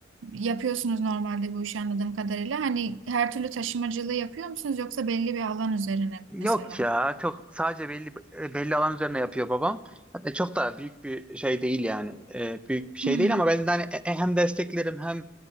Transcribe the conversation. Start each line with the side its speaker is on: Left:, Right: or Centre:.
Right: yapıyorsunuz normalde bu işi anladığım kadarıyla. Hani her türlü taşımacılığı yapıyor musunuz yoksa belli bir alan üzerine mi
Centre: Yok
Right: mesela?
Centre: ya çok sadece belli e, belli alan üzerine yapıyor babam. Hatta çok da büyük bir şey değil yani. Ee, büyük bir şey
Right: Hmm.
Centre: değil ama ben de hani e- e, hem desteklerim hem